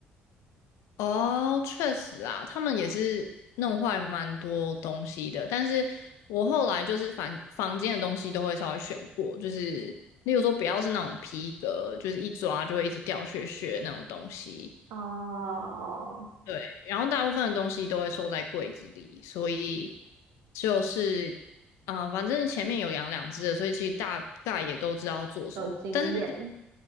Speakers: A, on the left; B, on the right.
A: 哦，确实啊，他们也是弄坏蛮多东西的。但是我后来就是房房间的东西都会稍微选过，就是例如说不要是那种皮革，就是一抓就会一直掉屑屑的那种东西。
B: <laughs> 哦，
A: 对，然后大部分的东西都会收在柜子里，所以就是啊、呃反正前面有养两只的，所以其实大概也都知道要做什么。
B: 有经验，
A: 但是